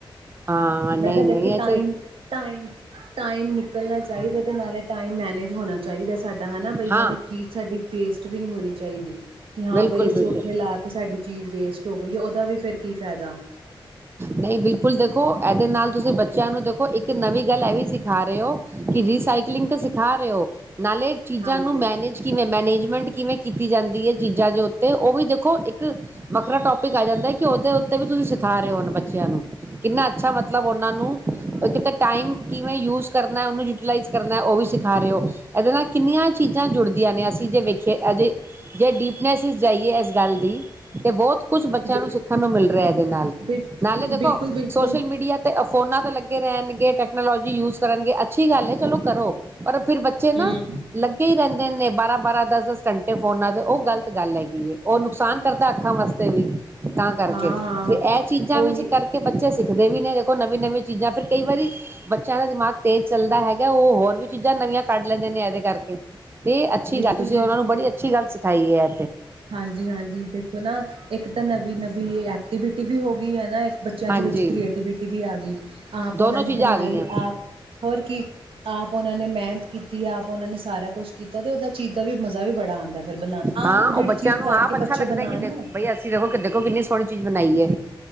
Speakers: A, on the right; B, on the right.
A: ਹਾਂ ਨਹੀਂ
B: ਮੈਂ ਕਿਹਾ ਦੇਖੋ
A: ਨਹੀਂ ਇਹ
B: ਟਾਈਮ
A: ਤਾਂ
B: ਟਾਈਮ ਟਾਈਮ ਨਿਕਲਣਾ ਚਾਹੀਦਾ ਤੇ ਨਾਲੇ ਟਾਈਮ ਮੈਨੇਜ ਹੋਣਾ ਚਾਹੀਦਾ। ਸਾਡਾ ਹੈਨਾ ਬਈ
A: ਹਾਂ
B: ਨਾਲੇ ਚੀਜ਼ ਸਾਡੀ ਪੇਸਟ ਤੇ ਵੀ ਨਹੀਂ ਹੋਣੀ ਚਾਹੀਦੀ। ਕਿ ਹਾਂ
A: ਬਿਲਕੁਲ
B: ਬਈ ਅਸੀਂ
A: ਬਿਲਕੁਲ
B: ਉੱਥੇ ਲਾ ਕੇ ਸਾਡੀ ਚੀਜ਼ ਵੇਸਟ ਹੋ ਗਈ ਹੈ ਉਹਦਾ ਵੀ ਕੀ ਫੈਦਾ। <unintelligible>
A: ਨਹੀਂ ਬਿਲਕੁਲ ਦੇਖੋ ਇਹਦੇ ਨਾਲ ਤੁਸੀਂ ਬੱਚਿਆਂ ਨੂੰ ਦੇਖੋ ਇੱਕ ਨਵੀਂ ਗੱਲ ਇਹ ਵੀ ਸਿਖਾ ਰਹੇ ਹੋ ਕਿ ਰੀਸਕਲਿੰਗ ਤੁਸੀ ਖਾ ਰੇ ਔ ਨਾਲੇ ਚੀਜ਼ਾਂ
B: ਹਾਂਜੀ
A: ਨੂੰ ਮੈਨੇਜ ਕਿਵੇਂ, ਮੈਨੇਜਮੈਂਟ ਕਿਵੇਂ ਕੀਤੀ ਜਾਂਦੀ ਹੈ ਚੀਜ਼ਾਂ ਦੇ ਉੱਤੇ ਉਹ ਵੀ ਦੇਖੋ ਇੱਕ ਵੱਖਰਾ ਟੋਪਿਕ ਆ ਜਾਂਦਾ ਕਿ ਉਹਦੇ ਉੱਤੇ ਵੀ ਤੁਸੀਂ ਸਿਖਾ ਰਹੇ ਹੋ ਬ ਬੱਚਿਆਂ ਨੂੰ ਕਿੰਨਾ ਅੱਛਾ ਮਤਲਬ ਉਹਨਾਂ ਨੂੰ ਕਿਤੇ ਟਾਈਮ ਕਿਵੇਂ ਯੂਜ ਕਰਨਾ ਉਹਨੂੰ ਯੂਟੀਲਾਈਜ਼ ਕਰਨਾ ਉਹ ਵੀ ਸਿਖਾ ਰਹੇ ਹੋ ਇਹਦੇ ਨਾਲ ਕਿੰਨੀਆਂ ਚੀਜ਼ਾਂ ਤਾਂ ਜੁੜਦੀਆਂ ਨੇ ਅਸੀਂ ਜੇ ਵੇਖੀਏ ਐਦੇ ਜੇ ਡੀਪਨੈਸ ਇਜ਼ ਜਾਈ ਏ ਇਸ ਗੱਲ ਦੀ, ਤੇ ਬਹੁਤ ਕੁਛ ਬੱਚਿਆਂ
B: ਬ
A: ਨੂੰ ਸਿੱਖਣ ਨੂੰ ਮਿਲ ਰਿਹਾ ਇਹਦੇ ਨਾਲ।
B: ਬਿਲ
A: ਨਾਲੇ ਦੇਖੋ
B: ਬਿਲਕੁਲ ਬਿਲਕੁਲ
A: ਸੋਸ਼ਲ ਮੀਡੀਆ ਤੇ ਫੋਨਾਂ ਤੇ ਲੱਗੇ ਰਹਿਣਗੇ ਟੈਕਨੋਲੋਜੀ ਯੂਜ ਕਰਨਗੇ, ਅੱਛੀ ਗੱਲ ਹੈ ਚਲੋ ਕਰੋ ਪਰ ਫਿਰ ਬੱਚੇ ਨਾ
B: ਹਮ
A: ਲੱਗੇ ਹੀ ਰਹਿੰਦੇ ਦਿਨੇ ਬਾਰਾਂ-ਬਾਰਾਂ ਦਸ-ਦਸ ਘੰਟੇ ਫੋਨਾਂ ਤੇ ਉਹ ਗ਼ਲਤ ਗੱਲ ਹੈਗੀ ਉਹ ਨੁਕਸਾਨ ਕਰਦਾ ਅੱਖਾਂ ਵਾਸਤੇ ਵੀ। ਤਾਂ ਕਰਕੇ
B: ਹਾਂ ਹਾਂ
A: ਤੇ ਇਹ ਜਾ
B: ਉਹੀ
A: ਵਿੱਚ ਕਰਕੇ ਪੱਚੀਸ ਸਿੱਖਦੇ ਵੀ ਨੇ ਦੇਖੋ ਨਵੀਂ ਨਵੀਂ ਚੀਜ਼ਾਂ ਫਿਰ ਕਈ ਵਾਰੀ ਬੱਚਿਆਂ ਦਾ ਦਿਮਾਗ ਤੇਜ਼ ਚੱਲਦਾ ਹੈਗਾ ਉਹ ਹੋਰ ਵੀ ਚੀਜ਼ਾਂ ਨਵੀਆਂ ਕੱਢ ਲੈਂਦੇ ਨੇ ਇਹਦੇ ਕਰਕੇ। ਤੇ ਅੱਛੀ
B: ਬਿਲਕੁਲ
A: ਗੱਲ ਤੁਸੀਂ
B: ਬਿਲਕੁਲ
A: ਉਹਨਾਂ ਨੂੰ ਬੜੀ ਅੱਛੀ ਗੱਲ ਸੀ ਖਾਈ ਆ।
B: ਹਾਂਜੀ-ਹਾਂਜੀ ਦੇਖੋ ਨਾ ਇੱਕ ਤਾਂ ਨਵੀਂ-ਨਵੀਂ ਐਕਟੀਵਿਟੀ ਵੀ ਹੋ ਗ ਬੀ ਹੈਨਾ ਇੱਕ ਬੱਚਿਆਂ
A: ਹਾਂਜੀ
B: ਦੇ ਵਿੱਚ ਕ੍ਰੀਏਟੀਵਿਟੀ ਵੀ ਆ ਗਈ ਆਪ
A: ਦੋਨੋ
B: ਉਹਨਾਂ ਨੇ
A: ਚੀਜ਼ਾਂ
B: ਬਣਾਈ
A: ਆ ਗਈਆਂ
B: ਆਪ ਹੋਰ ਕੀ ਆਪ ਉਹਨਾਂ ਨੇ ਮੇਹਨਤ ਕੀਤੀ ਆਪ ਉਹਨਾਂ ਨੇ ਸਾਰਾ ਕੁਛ ਕੀਤਾ ਤੇ ਉਹਦਾ ਚੀਜ਼ ਦਾ ਵੀ ਮਜ਼ਾ ਵੀ ਬੜਾ ਆਉਂਦਾ ਫਿਰ ਬਣਾ ਕੇ, ਆਪ
A: ਹਾਂ ਉਹ
B: ਜਿਹੜੀ
A: ਬੱਚਿਆਂ
B: ਚੀਜ਼
A: ਨੂੰ
B: ਕਰਕੇ
A: ਆਪ ਅੱਛਾ
B: ਬੱਚੇ
A: ਲੱਗਦਾ
B: ਬਣਾਣ
A: ਕਿ ਦੇਖ
B: ਨਾ
A: ਬਈ ਅਸੀਂ ਦੇਖੋ ਕਿ ਦੇਖੋ ਕਿੰਨੀ ਸੋਹਣੀ ਚੀਜ਼ ਬਣਾਈ ਐ